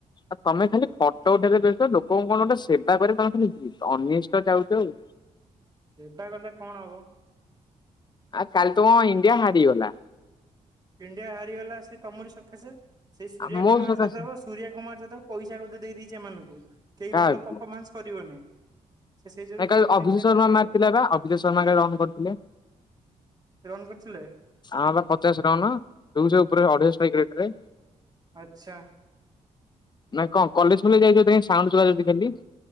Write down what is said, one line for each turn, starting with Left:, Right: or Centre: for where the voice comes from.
Left: ଆଉ ତମେ ଖାଲି ଫଟୋ ଉଠେଇକ ବି ବିୟସ୍ଥ ଲୋକଙ୍କୁ କଣ ଗୋଟେ ସେବା କ ତମେ ଖାଲି ଅନିଷ୍ଟ ଚାଉଛ ଆଉ।
Right: ସେବା କଲେ କଣ ହବ।
Left: ଆଉ କାଲି ତମ ଇଣ୍ଡିଆ ହାଡିଗଲା।
Right: ଇଣ୍ଡିଆ ହାରିଗଲା ସେଇ ତମରି ସଖାସେ ସେଇ ସୂରିୟା
Left: ଆମ
Right: କୁମାର
Left: ସକାଶେ
Right: ଯାଦବ ସୂରିୟା କୁମାର ଯାଦବ ପଇସା କେ ଦେଇ ଦେଇଛି ଏମାନଙ୍କୁ କେହି
Left: କାହାକୁ?
Right: ଭଲ ପଫମାନ୍ସ କରିବନି। ସେ ସେଇ ଯୋଗୁ
Left: ନ କାଲି
Right: କେହି ବୋଧେ
Left: ଅଭିଶେତ
Right: ଖେଳିଲେନି
Left: ଶର୍ମା
Right: ଆଉ
Left: ମାରଥିଲା ବା ଅଭିଶେତ ଶର୍ମା କାଲି ରନ୍ କରିଥିଲେ।
Right: ରନ୍ କରିଥିଲେ।
Left: ଆଁ ବା ପଚାଶ ରନ ଦୁଇଶହ ଉପରେ ଅଢେଇଶଷ୍ଟା ଇକ୍ ରେଟ୍ ରେ।
Right: ଆଛା
Left: ନା କଁ କଲେଜ ଫଲେଜ୍ ଯାଇ ସାଉଁଣ୍ଡ ଶୁଭାଯାଉଛି ଖାଲି।